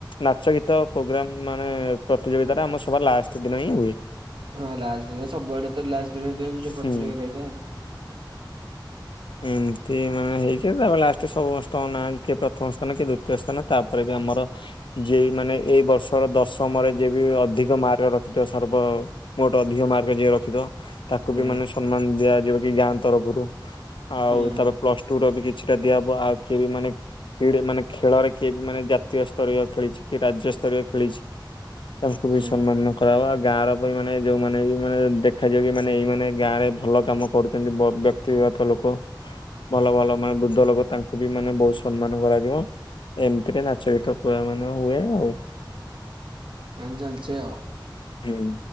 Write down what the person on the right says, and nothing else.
ହଁ ଲାଷ୍ଟ ଦିନ ସବୁଆଡେ ତ ଲାଷ୍ଟ ଦିନ ତ ପ୍ରତିଯୋଗିତା
ହେଇଥାଏ।
ହୁଁ
ହୁଁ
ହୁଁ
<unintelligible>
ହଁ ଚାଲିଛି ଆଉ